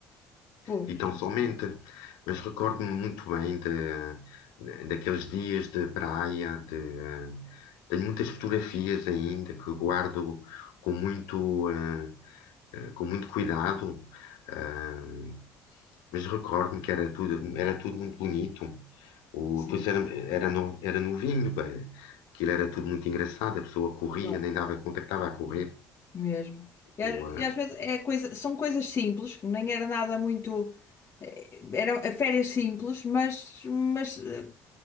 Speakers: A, on the left; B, on the left.
A: Pois,
B: e tão somente.
A: exatamente.
B: Mas recordo-me muito bem de, de- daqueles dias de praia, de, eh, tenho muitas fotografias ainda que guardo com muito, eh, eh, com muito cuidado, eh, mas recordo-me que era tudo, era tudo muito bonito. O,
A: Sim,
B: pois era, era, no- era novinho, bem, aquilo era tudo muito engraçado, a pessoa corria,
A: claro,
B: nem dava conta que estava a correr.
A: mesmo. E,
B: O,
A: a-
B: eh,
A: e às vezes é coisa, são coisas simples, que nem era nada muito. eram eh, férias simples, mas, mas, eh,